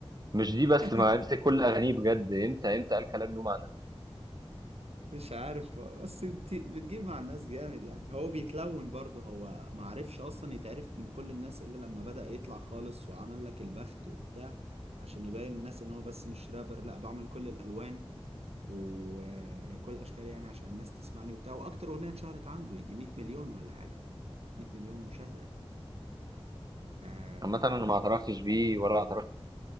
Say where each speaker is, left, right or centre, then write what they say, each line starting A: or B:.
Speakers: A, on the right; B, on the right.
A: مش دي بس
B: <laughs>
A: ما امسك كل اغانيه بجد امتى امتى قال كلام له معنى
B: مش عارف بس بت- بتجيب مع الناس جامد يعني هو بيتلون برضه هو معرفش اصلا يتعرف من كل الناس الا لما بدأ يطلع خالص وعمل لك البخت وبتاع عشان يبين الناس ان هو بس مش رابر لا بعمل كل الالوان وكل الاشكال يعني عشان الناس تسمعني وبتاع واكتر اغنيه اتشهرت عنده يجي 100 مليون ولا حاجه 100 مليون مشاهده يعني آه
A: عامة انا ما اعترفتش بيه ولا اعترفت